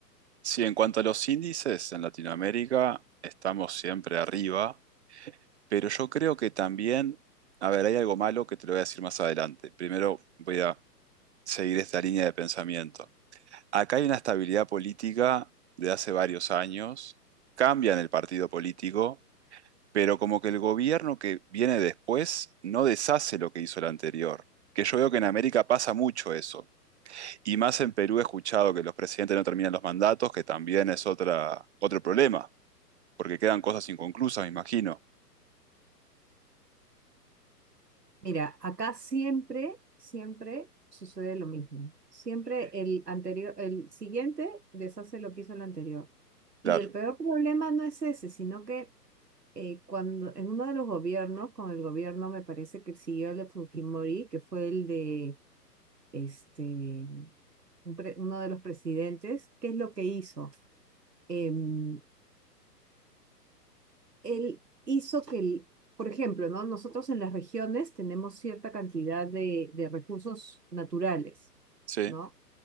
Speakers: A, on the right; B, on the right.
A: sí, en cuanto a los índices en Latinoamérica, estamos siempre arriba, pero yo creo que también, a ver, hay algo malo que te lo voy a decir más adelante. Primero voy a seguir esta línea de pensamiento. Acá hay una estabilidad política de hace varios años, cambian el partido político pero como que el gobierno que viene después no deshace lo que hizo el anterior. Que yo veo que en América pasa mucho eso. Y más en Perú he escuchado que los presidentes no terminan los mandatos, que también es otra, otro problema, porque quedan cosas inconclusas, me imagino.
B: Mira, acá siempre, siempre sucede lo mismo. Siempre el anterior, el siguiente deshace lo que hizo el anterior. Y
A: Claro.
B: el peor problema no es ese, sino que eh, cuando en uno de los gobiernos, con el gobierno me parece que siguió el de Fujimori, que fue el de este un pre- uno de los presidentes, ¿qué es lo que hizo? Em, él hizo que, el- por ejemplo, ¿no? Nosotros en las regiones tenemos cierta cantidad de, de recursos naturales,
A: Sí,
B: ¿no?